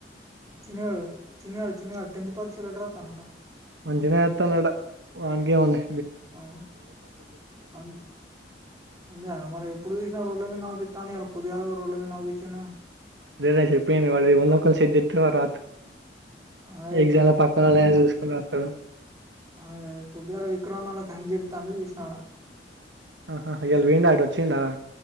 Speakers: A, on the right; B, on the right.
A: చిన్నగాడు చిన్నగాడు చిన్నగాడు టెన్త్ పరీక్షలు ఎట్లా రాత్రండంట
B: మంచిగా రాండంట వాడికి ఏమైంది
A: ఆ అ అంతే మరి ఎప్పుడు చూసిన రోడ్ పొద్దుగాల కూడా రోడ్లమీదనే గాన వచ్చిండు
B: అదే చెప్పంది వాళ్ళువన్నొక్కనిసదివా రాత్ర
A: అదే
B: ఎగ్జామ్లో పక్కననే చూసుకోత
A: అ పొద్దుగాల విక్రోం నలా కంగితాంట విష్నాడ
B: ఆహా ఎల్ వీండా ఆడ వచ్చిండా